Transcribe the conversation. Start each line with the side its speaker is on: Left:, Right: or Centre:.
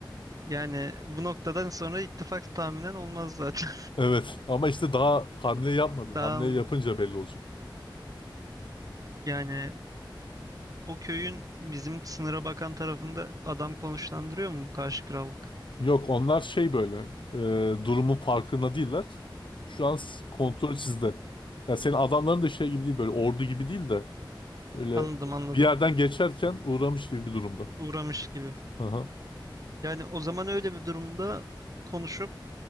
Right: Yani bu noktadan sonra ittifak tahminen olmaz zaten.
Left: Evet ama işte daha hamle yapmadın.
Right: <laughs> Daha
Left: Hamle yapınca belli olacak.
Right: Yani o köyün bizim sınıra bakan tarafında adam konuşlandırıyor mu bu karşı krallık?
Left: Yok onlar şey böyle e, durumun farkında değiller. Şu an s- kontrol
Right: Hı.
Left: sizde. Ya senin adamların da şey gibi değil böyle ordu gibi değil de böyle
Right: Anladım anladım.
Left: bir yerden geçerken uğramış gibi bir durumda.
Right: Uğramış gibi.
Left: Aha.
Right: Yani o zaman öyle bir durumda konuşup